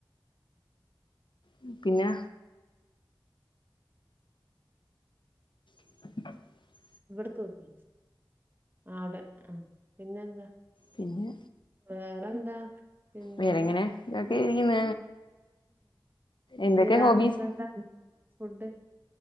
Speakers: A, on the left (about 75°); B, on the right (about 25°).
A: ഉം പിന്നാ <inaudible>
B: ഇവിട്ത്തോക്ക് അവിടെ ആ പിന്നെ എന്താ?
A: പിന്നെ
B: വേറെന്താ? പിന്നെ
A: വേറെങ്ങനെ ഇതൊക്കെ ഇരിക്കുന്ന എന്തൊക്കെ
B: ഇനി രാത്രിയില്
A: ഹോബീസ്
B: എന്താ? ഫുഡ്?